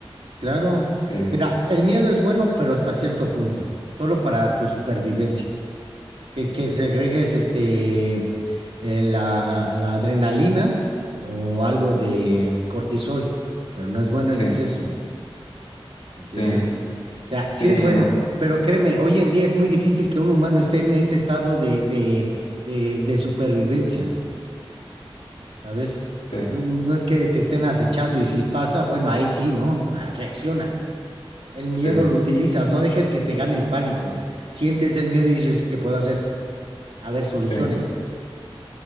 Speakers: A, on the right; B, on the left.
A: Claro.
B: Sí,
A: Mira, el miedo es bueno, pero hasta cierto punto, solo para tu supervivencia. Que, que segregues este, eh, la, la adrenalina o algo de cortisol, pero no es bueno
B: sí,
A: en exceso, ¿entiendes?
B: sí.
A: O sea,
B: Sí,
A: sí es bueno,
B: no,
A: pero créeme, hoy en día es muy difícil que un humano esté en ese estado de, de, de, de supervivencia, ¿sabes?
B: sí,
A: No, no es que te estén acechando y si pasa, bueno, ahí sí, ¿no? Ah, Reacciona el miedo
B: sí,
A: lo utilizas, no dejes que te gane el pánico. Sientes el miedo y dices, ¿qué puedo hacer? A ver, soluciones.
B: sí.